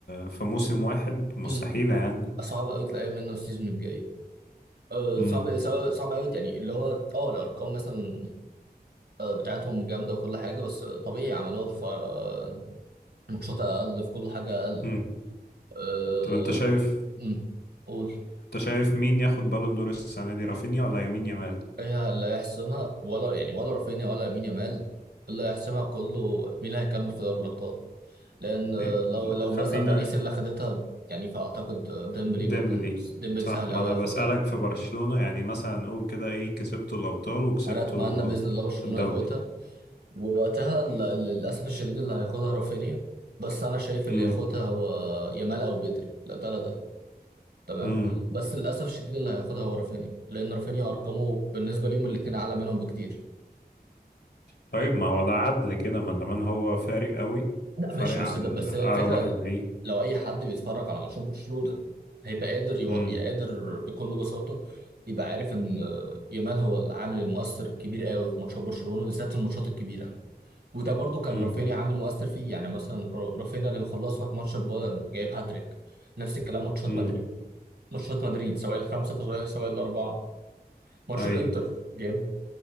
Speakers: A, on the left (about 80°); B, on the right (about 75°).
A: في موسم واحد مستحيلة
B: مم.
A: يعني
B: صعب قوي تلاقيه منه السيزون الجاي أه،
A: امم
B: صعب صعب صعب قوي يعني اللي هو اه الارقام مثلا آه، بتاعتهم جامده وكل حاجه بس آه، طبيعي عملوها في آه، ماتشات اقل في كل حاجه اقل
A: امم
B: أه...
A: طب انت شايف
B: أمم. قول
A: انت شايف مين ياخد بالون دور السنة دي رافينيا ولا يمين يامال
B: ايه اللي هيحسمها ولا يعني ولا رافينيا ولا يمين يامال اللي هيحسمها كله مين اللي هيكمل في دوري الابطال لان آه،
A: إيه،
B: لو لو
A: خلينا
B: مثلا باريس اللي خدتها يعني فاعتقد آه، ديمبلي
A: ديمبلي
B: ممكن ديمبلي
A: صح
B: سهل
A: ما
B: قوي
A: انا
B: ياخدها
A: بسألك في برشلونة يعني مثلا قول كده ايه كسبتوا الابطال وكسبتوا
B: انا اتمنى باذن الله برشلونه
A: الدوري
B: ياخدها ووقتها ل- للاسف الشديد اللي هياخدها رافينيا بس انا شايف
A: امم
B: اللي ياخدها هو يامال او بدري لا ده تمام
A: امم
B: بس للاسف الشديد اللي هياخدها هو رافينيا لان رافينيا ارقامه بالنسبه ليهم الاثنين اعلى منهم بكتير
A: طيب ما هو ده عدل كده ما دام هو فارق قوي
B: لا
A: فارق
B: ماشي
A: عن
B: بس ده بس
A: اقرب
B: هي الفكره
A: واحد ليه
B: لو اي حد بيتفرج على ماتشات برشلونه هيبقى قادر يو...
A: امم
B: قادر بكل بساطه يبقى عارف ان يامال هو العامل المؤثر الكبير قوي في ماتشات برشلونه بالذات في الماتشات الكبيره وده برضو كان
A: امم
B: رافينيا عامل مؤثر فيه يعني مثلا را- رافينيا اللي مخلص لك ماتش البايرن جايب هاتريك نفس الكلام ماتشات
A: امم
B: مدريد ماتشات مدريد سواء الخمسه سواء سواء الاربعه ماتش
A: اي
B: الانتر جاب